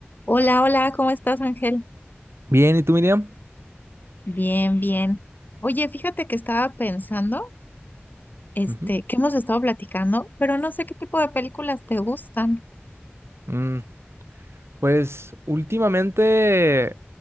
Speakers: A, on the left (about 45°); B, on the right (about 80°).
A: Hola, hola, ¿cómo estás, Ángel?
B: Bien, ¿y tú, Miriam?
A: Bien, bien. Oye, fíjate que estaba pensando, este,
B: Ujú.
A: que hemos estado platicando, pero no sé qué tipo de películas te gustan.
B: Mm, pues últimamente